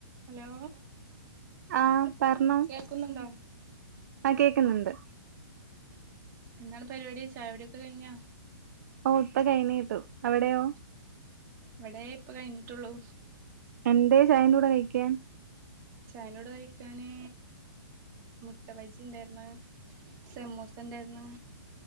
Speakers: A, on the right; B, on the right.
A: Hello
B: ആഹ് പറഞ്ഞോ,
A: കേൾക്കുന്നുണ്ടോ
B: ആഹ് കേക്ക്‌ന്നുണ്ട്
A: എന്താണ് പരിപാടി, ചായ കുടിയൊക്കെ കഴിഞ്ഞോ?
B: ഓഹ് ഇപ്പകൈനീട്ടും. അവിടെയോ
A: ഇവിടെ ഇപ്പ കഴിഞ്ഞിട്ടുള്ളൂ
B: എന്തേ ചായൻ കൂടെ കയിക്കാൻ
A: ചൈനോട് കഴിക്കാന് മുട്ട വജി ഉണ്ടായിന്ന് സെമോസ് ഉണ്ടായിന്ന്